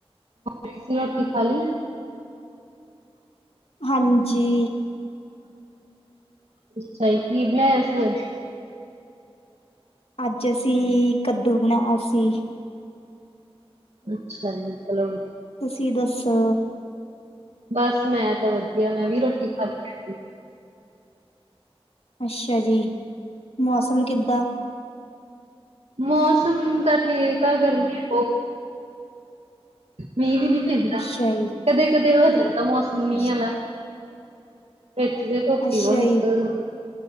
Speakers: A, on the right; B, on the left.
A: ਤੁਸੀ ਰੋਟੀ ਖਾਲੀ।
B: ਹਾਂਜੀ
A: ਅੱਛਾ ਜੀ, ਕੀ ਬਣਾਇਆ ਸੀ ਅੱਜ?
B: ਅੱਜ ਅਸੀਂ ਕੱਦੂ ਬਣਾਇਆ ਸੀ।
A: ਅੱਛਾ ਜੀ, ਚਲੋ।
B: ਤੁਸੀਂ ਦੱਸੋ?
A: ਬਸ ਮੈਂ ਤਾਂ ਵਧੀਆ ਮੈਂ ਵੀ ਰੋਟੀ ਖਾਦੀ।
B: ਅੱਛਾ ਜੀ ਮੌਸਮ ਕਿੱਦਾਂ?
A: ਮੌਸਮ ਤਾਂ ਠੀਕ ਆ, ਗਰਮੀ ਬਹ ਮੀਂਹ ਵੀ ਨੀ ਪੈਂਦਾ
B: ਅੱਛਾ ਜੀ।
A: ਕਦੇ-ਕਦੇ ਹੋ ਜਾਂਦਾ ਮੌਸਮ ਮੀਂਹ
B: ਅੱਛ
A: ਆਲਾ। ਵਿੱਚ ਦੇ ਧੁਪੀ
B: ਅੱਛਾ
A: ਉਹ ਨਿਕਲ
B: ਜੀ,
A: ਜਾਂਦੀ,